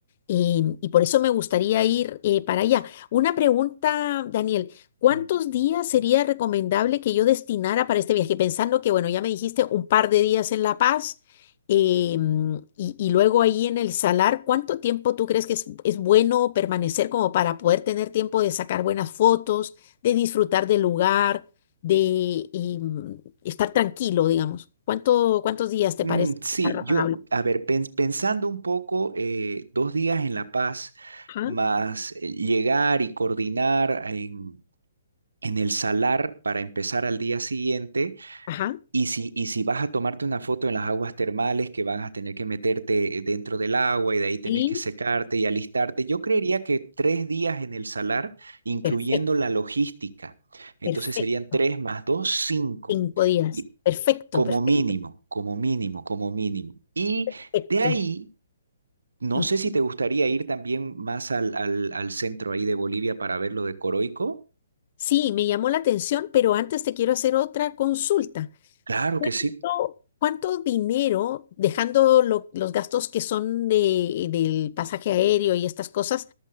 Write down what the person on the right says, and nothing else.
Mm,
Mm,
sí,
yo, a ver, pens- pensando un poco, eh, dos días en La Paz,
más eh, llegar y coordinar en, en el Salar para empezar al día siguiente,
Y si, y si vas a tomarte una foto en las aguas termales, que van a tener que meterte eh, dentro del agua y de ahí tenés
que secarte y alistarte, yo creería que tres días en el salar, incluyendo
la logística. Entonces
serían tres más dos, cinco.
Y
como
mínimo, como mínimo, como mínimo. Y
de ahí, no
sé si te gustaría ir también más al, al, al centro ahí de Bolivia para ver lo de Coroico.
Claro
que sí,